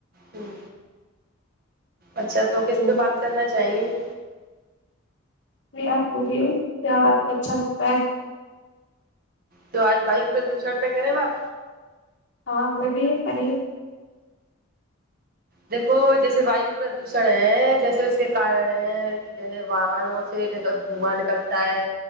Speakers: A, on the right (about 45°); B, on the left (about 65°).
A: ہوں اچھا تو
B: ہیں
A: کس پہ بات کرنا چاہیں گے
B: آپ بھی آپ کو اچھا لگتا ہے
A: تو آج بھائیوںوپہ دوسر پہ کرے وہاپ
B: ہاں بولی پی
A: دیکو جیسے وایو پردوشن ہے جیسے اس کے کارن ہے جیسے واہن ن دھواں نکلتا ہے